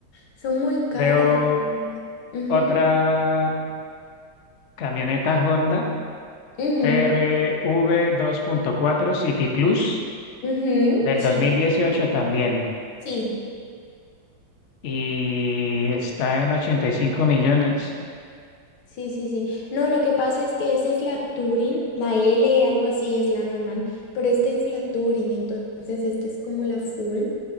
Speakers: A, on the left; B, on the left.
A: Son muy caras.
B: veo
A: la verdad. Ujú,
B: otra camioneta Honda
A: ujú.
B: TRV 2.4 City Plus.
A: Ujú,
B: Del
A: Sí,
B: dos mil dieciocho también.
A: sí,
B: Y está en 85 millones.
A: sí, sí, sí. No, lo que pasa es que esa es la Turing, la L, algo así es la normal, pero esta es la Turing, entonces esta es como la full,